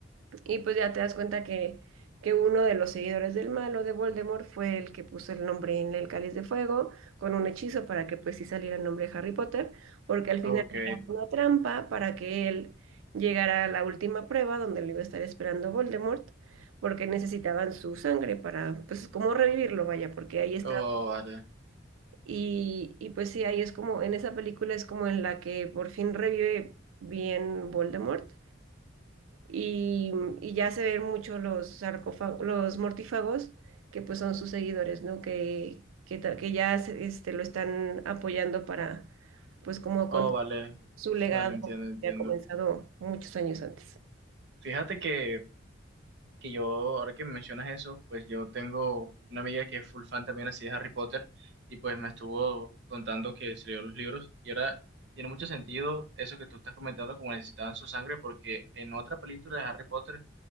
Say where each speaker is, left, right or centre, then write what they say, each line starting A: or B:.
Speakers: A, on the right (about 80°); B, on the right (about 60°).
A: Y pues ya te das cuenta que, que uno de los seguidores del malo de Voldemort fue el que puso el nombre en el cáliz de fuego con un hechizo para que pues sí saliera el nombre de Harry Potter, porque al final
B: Ok.
A: era una trampa para que él llegara a la última prueba donde lo iba a estar esperando Voldemort, porque necesitaban su sangre para pues como revivirlo, vaya, porque ahí está.
B: Oh, vale.
A: Y, y pues sí, ahí es como, en esa película es como en la que por fin revive bien Voldemort y, y ya se ven mucho los sarcófagos, los mortífagos, que pues son sus seguidores, ¿no? Que, que, ta- que ya se- este, lo están apoyando para, pues como
B: Oh,
A: con
B: vale.
A: su legado
B: Vale, entiendo, entiendo.
A: que ha comenzado muchos años antes.
B: Fíjate que, que yo, ahora que me mencionas eso, pues yo tengo una amiga que es full fan también así de Harry Potter y pues me estuvo contando que se leyó los libros y ahora tiene mucho sentido eso que tú estás comentando como necesitaban su sangre porque en otra película de Harry Potter